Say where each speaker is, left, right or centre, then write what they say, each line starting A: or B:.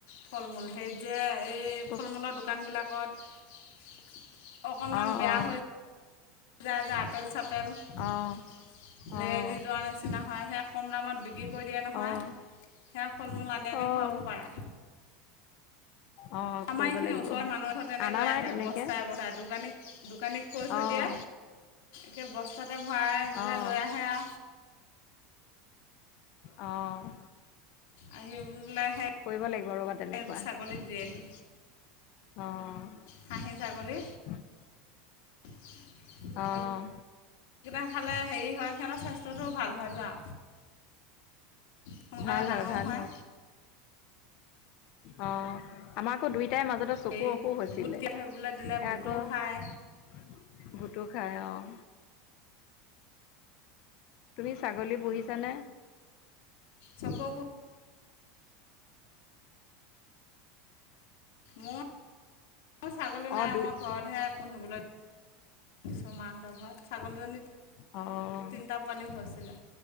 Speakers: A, on the left; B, on the left.
A: ফল মূল হে যে এই
B: খুব
A: ফল মূলৰ দোকানবিলাকত অকণমান
B: অঁ
A: বেয়া
B: অঁ
A: হৈ যায় যে আপেল চাপেল লেৰেলি
B: অঁ অঁ
A: যোৱাৰ নিচিনা হয় সেয়া কম দামত বিক্ৰী কৰি দিয়ে নহয়।
B: অঁ
A: সেয়া ফল মূল আনি
B: অ',
A: আনি খুৱাব পাৰা।
B: অ',
A: আমাৰ
B: কৰিব
A: এইখিনি
B: লাগিব,
A: ওচৰৰ মানুহ এঘৰতে তেনেক
B: আনা
A: লৈ
B: নাই
A: আহে
B: তেনেকে,
A: বস্তাই বস্তাই দোকানী দোকানীক কৈ থৈ
B: অ',
A: দিয়ে একে বস্তাতে ভৰাই পেলাই
B: অ',
A: লৈ আহে আৰু।
B: অ'।
A: আহি পেলাই
B: কৰিব লাগিব ৰ'বা তেনেকুৱা,
A: সেই ছাগলীক দিয়েহি।
B: অ',
A: খাহি ছাগলী।
B: <inaudible>
A: এইকেইটা
B: অ',
A: খালে হেৰি হয় সিহঁতৰ স্বাস্থ্যটোও ভাল হয় যোৱা। সোনকালে
B: ভাল
A: ডাঙও
B: ভাল
A: হয়।
B: অঁ, আমাৰ আকৌ দুইটাই মাজতে চকু
A: হেৰি
B: অসুখ হৈছিলে।
A: বুট তিয়াই
B: এতিয়া
A: থৈ পেলাই দিলে বুটও
B: আকৌ
A: খায়
B: ভূতো খাই অঁ। তুমি ছাগলী পুহিছানে?
A: চকুৰ অসুখ মোৰ ছাগলী
B: অ',
A: নাই।
B: দুই
A: মই ঘৰতহে পুহিবলৈ দিছোঁ মাহঁতৰ ঘৰত। ছাগলজনী
B: অঁ।
A: তিনটা পোৱালি হৈছিলে।